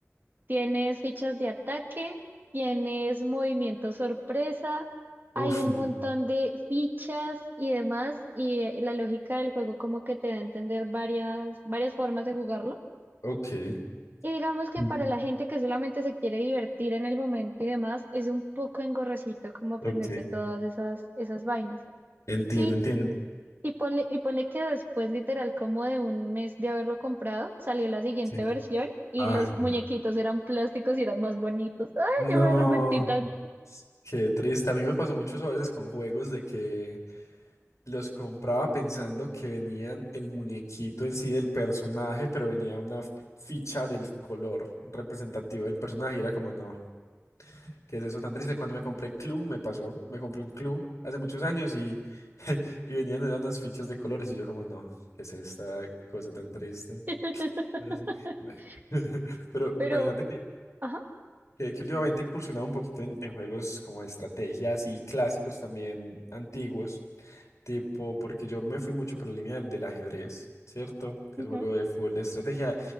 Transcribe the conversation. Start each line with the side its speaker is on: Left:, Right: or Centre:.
Right: Tienes fichas de ataque, tienes movimiento sorpresa, hay
Left: Uf,
Right: un
Left: mm,
Right: montón de fichas y demás, y, eh, la lógica del juego como que te da a entender varias, varias formas de jugarlo.
Left: ok,
Right: Y digamos que
Left: mm,
Right: para la gente que solamente se quiere divertir en el momento y demás, es un poco engorrosito como aprenderse
Left: ok.
Right: todas esas, esas vainas.
Left: Entiendo,
Right: Y
Left: entiendo.
Right: y ponle, y ponle que después, literal, como de un mes de haberlo comprado, salió la siguiente
Left: Sí.
Right: versión y
Left: Ay,
Right: los
Left: no.
Right: muñequitos eran plásticos y eran más bonitos. <laughs> Ay,
Left: No.
Right: yo me arrepentí tanto.
Left: Qué triste. A mí me pasó mucho eso a veces con juegos de que los compraba pensando que venían el muñequito en sí del personaje, pero venía una ficha del color representativo del personaje. Y era como, no. ¿Qué es eso tan triste? Cuando me compré Clue, me pasó. Me compré un Clue hace muchos años y, <laughs> y venían eran unas fichas de colores y yo como, no, ¿qué es esta cosa tan triste?
Right: <laughs>
Left: Pero sí. bueno. <laughs> Pero
Right: Pero,
Left: imagínate que,
Right: ajá,
Left: que, que últimamente he incursionado un poquito en, en juegos como de estrategias y clásicos también antiguos. Tipo, porque yo me fui mucho por la línea del, del ajedrez, ¿cierto? Que
Right: Ujú.
Left: es un juego de fútbol de estrategia.